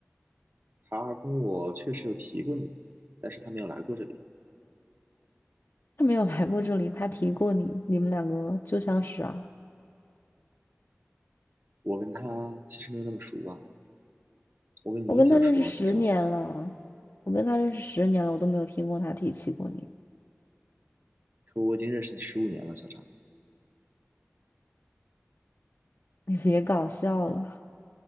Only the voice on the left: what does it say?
他没有来过这里，他提过你，你们两个旧相识啊。
我跟他认识十年了，
我跟他认识十年了，我都没有听过他提起过你。
<laughs> 你别搞笑了，